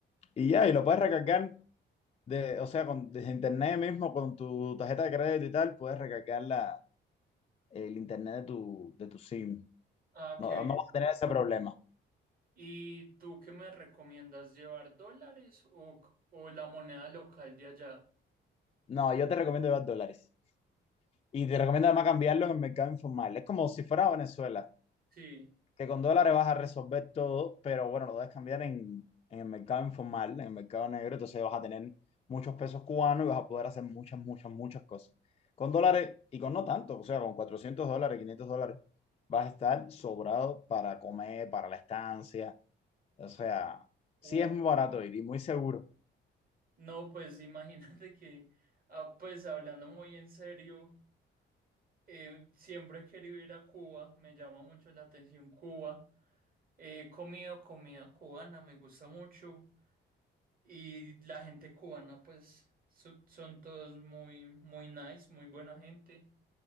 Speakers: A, on the left; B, on the right.
A: Y ya, y lo puedes recargar, de, o sea, con, desde internet mismo, con tu tarjeta de crédito y tal, puedes recargar la, el internet de tu, de tu SIM.
B: Ah,
A: No,
B: qué bien.
A: no vas a tener ese problema.
B: ¿Y tú qué me recomiendas llevar dólares o, c- o la moneda local de allá?
A: No, yo te recomiendo llevar dólares. Y te recomiendo además cambiarlo en el mercado informal. Es como si fuera Venezuela.
B: Sí.
A: que con dólares vas a resolver todo, pero bueno, lo debes cambiar en, en el mercado informal, en el mercado negro, entonces vas a tener muchos pesos cubanos y vas a poder hacer muchas, muchas, muchas cosas. Con dólares y con no tanto, o sea, con 400 dólares, 500 dólares, vas a estar sobrado para comer, para la estancia, o sea, sí
B: Uh,
A: es muy barato ir y muy seguro.
B: no, pues <laughs> imagínate que, ah, pues hablando muy en serio, eh, siempre he querido ir a Cuba, me llama mucho la atención Cuba. He comido comida cubana, me gusta mucho. Y la gente cubana, pues, so- son todos muy, muy nice, muy buena gente.